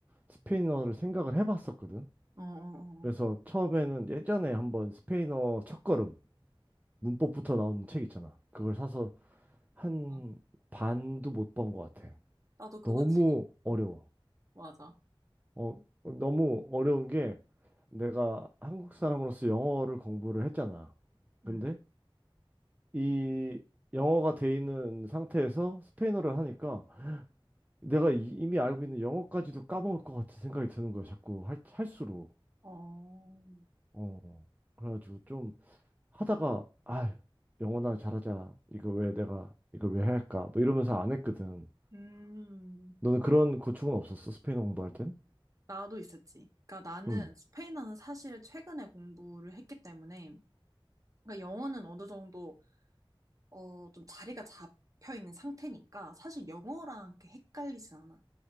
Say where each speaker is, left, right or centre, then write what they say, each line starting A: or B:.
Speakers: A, on the right; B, on the right.
A: 스페인어를 생각을 해봤었거든.
B: 어, 어.
A: 그래서 처음에는 예전에 한번 스페인어 첫걸음 문법부터 나오는 책 있잖아. 그걸 사서 한
B: 어. 어.
A: 반도 못 본 것 같아.
B: 나도 그거
A: 너무
B: 지금
A: 어려워.
B: 어 맞아.
A: 어, 너무 어려운 게 내가 한국 사람으로서 영어를 공부를 했잖아. 근데
B: 응.
A: 이 영어가 돼 있는 상태에서 스페인어를 하니까 내가 이- 이미 알고 있는 영어까지도 까먹을 것 같은 생각이 드는 거야. 자꾸 할, 할수록.
B: 어,
A: 어. 그래가지고 좀 하다가 아 영원아 잘하자 이거 왜 내가 이걸 왜 해야 할까 뭐 이러면서 안 했거든
B: 음,
A: 너는 그런 고충은 없었어 스페인어 공부할 땐?
B: 나도 있었지. 그러니까 나는
A: 음.
B: 스페인어는 사실 최근에 공부를 했기 때문에 그러니까 영어는 어느 정도 어, 좀 자리가 잡혀 있는 상태니까 사실 영어랑 이렇게 헷갈리진 않아.